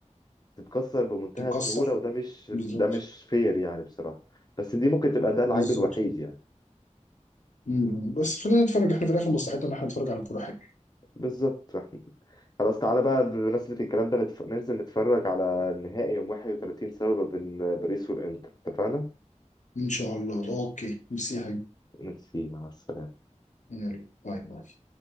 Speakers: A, on the left; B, on the left.
A: تتكسر بمنتهى
B: تتكسر
A: السهوله وده مش
B: بالظبط
A: ده مش فير يعني بصراحه بس دي ممكن تبقى ده العيب
B: بالظبط
A: الوحيد يعني
B: مم. بس خلينا نتفرج احنا في الاخر مصلحتنا ان احنا نتفرج على كوره حلوه
A: بالظبط احنا خلاص تعالى بقى بمناسبة الكلام ده نتف... ننزل نتفرج على النهائي يوم 31 سبب بين باريس والإنتر اتفقنا؟
B: ان شاء الله اوكي ميرسي يا حبيبي
A: ميرسي مع السلامة
B: يلا. باي باي